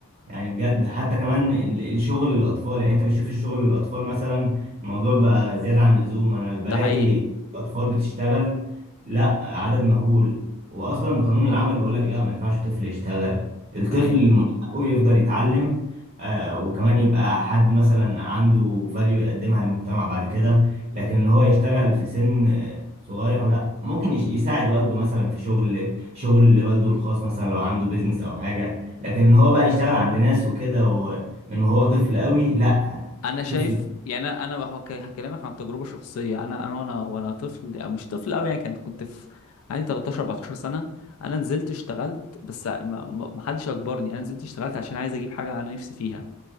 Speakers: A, on the right; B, on the left.
A: يعني بجد حتى كمان ال- الشغل للاطفال يعني انت بتشوف الشغل للاطفال مثلا الموضوع بقى زياده عن اللزوم انا بلاقي
B: ده حقيقي
A: الاطفال بتشتغل لا عدد مهول واصلا قانون العمل بيقول لك لا ما ينفعش طفل يشتغل الطفل
B: ده حقيقي
A: من حقه يفضل يتعلم آه وكمان يبقى حد مثلا عنده فاليو يقدمها للمجتمع بعد كده لكن ان هو يشتغل في سن آه، صغير لا ممكن يش- يساعد والده مثلا في شغل شغل والده الخاص مثلا لو عنده بيزنس او حاجه لكن ان هو بقى يشتغل عند ناس وكده ومن وهو طفل قوي لا
B: انا شايف
A: طفل
B: يعني انا أنا هو ك- هكلمك عن تجربه شخصيه انا انا وانا وانا طفل يعني مش طفل قوي يعني كنت كنت في عندي 13 14 سنه انا نزلت اشتغلت بس ما ما- ما حدش اجبرني انا نزلت اشتغلت عشان عايز اجيب حاجه انا نفسي فيها